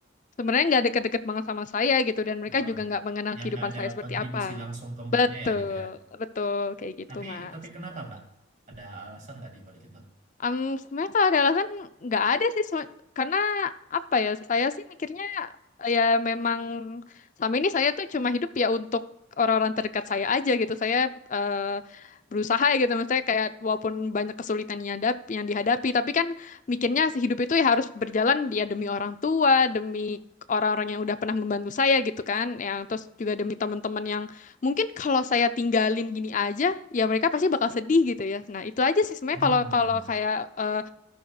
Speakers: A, on the left (about 40°); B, on the right (about 35°).
A: sebenarnya nggak deket-deket banget sama saya gitu dan mereka
B: eh,
A: juga nggak mengenal
B: yang
A: kehidupan
B: nggak ada
A: saya seperti
B: kontribusi
A: apa.
B: langsung ke Mbaknya
A: Betul,
B: ya gitu ya.
A: betul kayak gitu,
B: Tapi
A: Mak.
B: tapi kenapa, Mbak? Ada alasan nggak di balik itu?
A: Em, sebenarnya kalau ada alasan nggak ada sih Sem- karena apa ya saya sih mikirnya ya memang sama ini saya tuh cuma hidup ya untuk orang-orang terdekat saya aja gitu saya eh, berusaha ya gitu maksudnya kayak walaupun banyak kesulitan yang dap- yang dihadapi tapi kan mikirnya hidup itu ya harus berjalan ya demi orang tua demi orang-orang yang udah pernah membantu saya gitu kan yang terus juga demi teman-teman yang mungkin kalau saya tinggalin gini aja ya mereka pasti bakal sedih gitu ya nah itu aja sih sebenarnya
B: Hmm,
A: kalau kalau
B: ya, ya.
A: kayak eh,